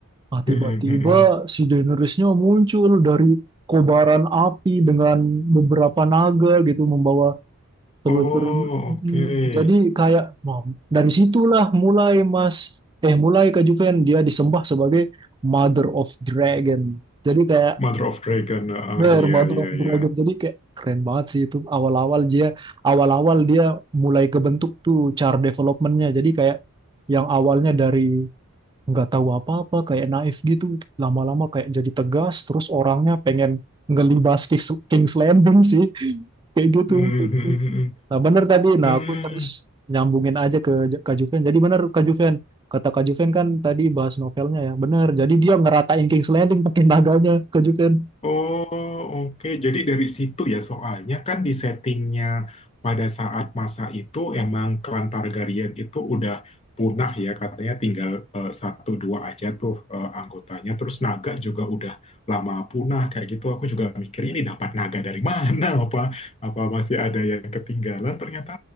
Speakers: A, on the right (about 20°); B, on the left (about 30°).
A: Nah, tiba-tiba
B: hmm, hmm, hmm.
A: si Daenerysnya muncul dari kobaran api dengan beberapa naga gitu membawa telur-telur.
B: Oh,
A: Mm,
B: oke.
A: Jadi kayak nah, dari situlah mulai Mas eh mulai Kak Juven dia disembah sebagai Mother of Dragon. Jadi kayak
B: Mother of Dragon. Oh,
A: bener,
B: iya
A: Mother
B: iya
A: of Dragon.
B: iya.
A: Jadi kayak keren banget sih itu awal-awal dia awal-awal dia mulai kebentuk tuh char developmentnya. Jadi kayak yang awalnya dari nggak tahu apa-apa kayak naif gitu lama-lama kayak jadi tegas terus orangnya pengen ngelibas King's King's Landing sih <laughs> kayak gitu
B: Mhm mhm mhm.
A: nah bener tadi nah
B: Mmm.
A: aku terus nyambungin aja ke J- Kak Juven jadi bener Kak Juven kata Kak Juven kan tadi bahas novelnya ya bener jadi dia ngeratain King's Landing pakai naganya Kak Juven
B: Oh, oke. Jadi dari situ ya soalnya kan di settingnya pada saat masa itu emang klan Targaryen itu udah punah ya katanya tinggal eh, satu dua aja tuh eh, anggotanya. Terus naga juga udah lama punah kayak gitu. Aku juga mikir ini dapat naga dari mana? <laughs> Apa apa masih ada yang ketinggalan? Ternyata